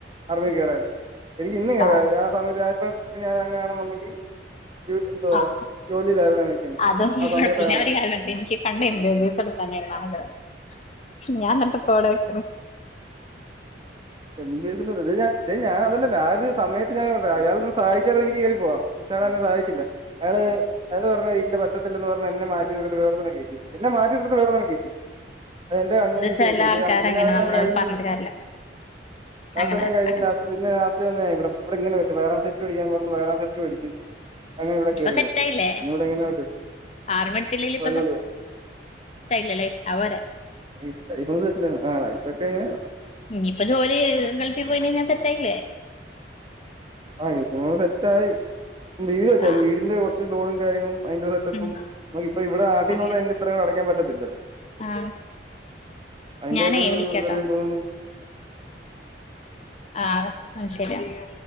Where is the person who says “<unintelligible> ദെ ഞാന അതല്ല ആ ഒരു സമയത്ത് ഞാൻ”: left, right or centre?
Right